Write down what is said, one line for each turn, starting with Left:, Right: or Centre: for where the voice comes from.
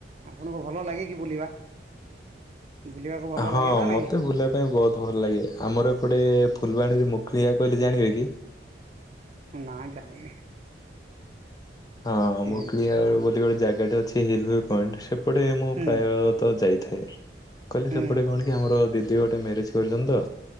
Right: ଆପଣଙ୍କୁ ଭଲ ଲାଗେ କି ବୁଲିବା? ବୁଲିବାକୁ ଭଲ
Left: ହଁ
Right: ଲାଗେ ନା ନାଇଁ?
Left: ମତେ ବୁଲା ପାଇଁ ବହୁତ ଭଲ ଲାଗେ ଆମର ଏପଟେ ଫୁଲବାଣୀରେ ମୁକୁଳିିକା କହିଲେ ଜାଣିବେ କି?
Right: ନାଁ ଜାଣିନି।
Left: ହଁ
Right: ହୁଁ
Left: ମକୁଳିଆ ବୋଲି ଗୋଟେ ଜାଗା ଟା ଅଛି ହ ଭ ପଏଣ୍ଟ ସେ ସେପଟେ ମୁଁ
Right: ହୁଁ
Left: ପ୍ରାୟତଃ ଯାଇଥାଏ କହିଲେ
Right: ହୁଁ
Left: ସେପଟେ କଣ ଆମର ଦିଦି ଗୋଟେ ମ୍ୟାରେଜ କରିଛନ୍ତି ତ